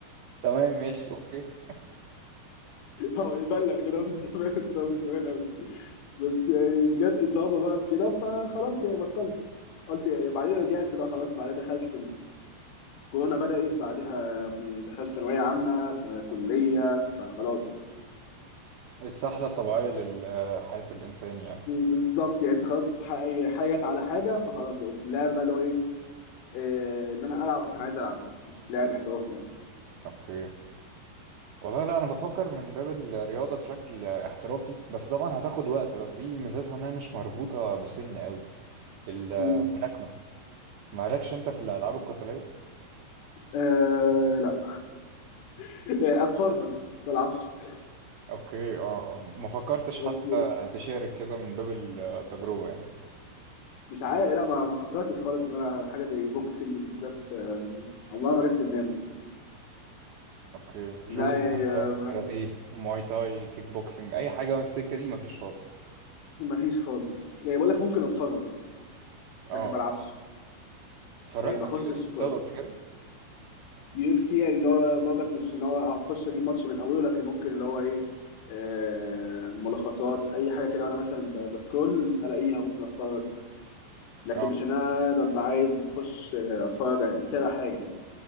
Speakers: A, on the right (about 80°); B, on the left (about 70°).
A: تمام ماشي اوكي
B: هو يبان لك كده من زمان بس هو من زمان قوي بس يعني جت إصابة بقى وكده فخلاص يعني بطلت قلت يعني بعدين رجعت بقى خلاص بعدين دخلت كورونا بدأت بعدها دخلت ثانوية عامة فكلية فخلاص يعني
A: السحلة الطبيعية لحياة الانسان يعني
B: بالظبط يعني انت خلاص ح- حاجات على حاجة فخلاص بقت اللعبة بقى اللي هو ايه آه، ان انا العب عشان عايز العب بس مش لاعب احترافي يعني
A: اوكي والله لا انا بفكر من باب الرياضة بشكل آه، احترافي بس طبعا هتاخد وقت بس دي ميزتها انها مش مربوطة بسن قوي الملاكمة
B: مم.
A: مالكش انت في الألعاب القتالية؟
B: آه لا <laughs> اتفرج ما العبش
A: اوكي اه آه. ما فكرتش
B: بس
A: حتى تشارك كده من باب التجربة يعني
B: مش عارف لا ما ما فكرتش خالص ان انا حاجة زي بوكسنج بالذات آه، عمرها ما جت في دماغي
A: اوكي جودو
B: لا يعني
A: مثلا
B: آه، ما
A: كاراتيه مواي تاي كيك بوكسنج اي حاجة من السكة دي مفيش خالص
B: ما فيش خالص يعني بقول لك ممكن اتفرج
A: اه
B: لكن ما العبش
A: اتفرجت
B: يعني ما
A: على
B: اخشش
A: يو اف سي طب قبل كده؟
B: يو اف سي يعني اللي هو برضك مش ان هو هخش اجيب ماتش من اوله لكن ممكن اللي هو ايه آه، ملخصات اي حاجه كده وانا مثلا ب- بسكرول الاقيها ممكن اتفرج لكن
A: اه
B: مش ان انا ببقى عايز اخش آه، اتفرج يعني متابع حاجه يعني